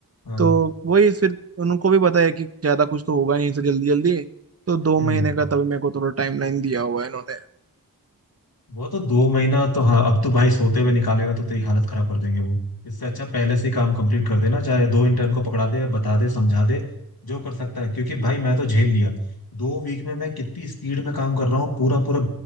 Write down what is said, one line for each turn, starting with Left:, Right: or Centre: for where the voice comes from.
Left: हाँ
Right: तो वही फिर उनको भी पता है कि ज्यादा कुछ तो होगा नहीं इनसे जल्दी जल्दी तो दो
Left: हम्म
Right: महीने का तभी मेरे को थोड़ा टाइमलाइन दिया हुआ है इन्होंने
Left: वो तो दो महीना तो हाँ अब तो भाई सोते हुए निकालेगा तो तेरी हालत खराब कर देंगे वो इससे अच्छा पहले से ही काम कंप्लीट कर देना चाहे दो इंटर्न को पकड़ा दे बता दे समझा दे जो कर सकता है क्योंकि भाई मैं तो झेल लिया दो वीक में मैं कितनी स्पीड में काम कर रहा हूँ पूरा पूरा